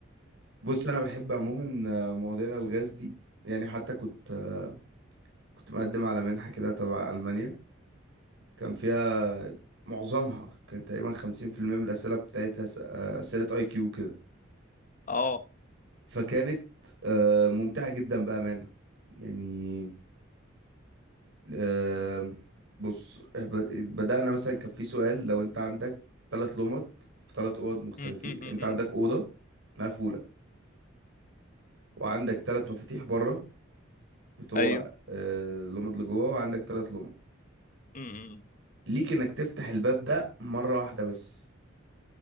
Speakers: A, on the right; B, on the left.
A: بص أنا بحب عموما آه، مواضيع الألغاز دي يعني حتى كنت آه، كنت مقدم على منحة كده تبع ألمانيا كان فيها معظمها كان تقريبا خمسين في المية من الأسئلة بتاعتها س- آه، أسئلة أي كيو كده
B: اه
A: فكانت آه، ممتعة جدا بأمانة يعني آه، بص ب- بدأنا مثلا كان في سؤال لو أنت عندك ثلاث لمض في ثلاث أوض مختلفين
B: أم، أم، أم،
A: أنت
B: أم،
A: عندك أوضة مقفولة وعندك ثلاث مفاتيح بره بتوع
B: ايوه
A: آه، لمض لجوه وعندك ثلاث لمض
B: أم، أم.
A: ليك إنك تفتح الباب ده مرة واحدة بس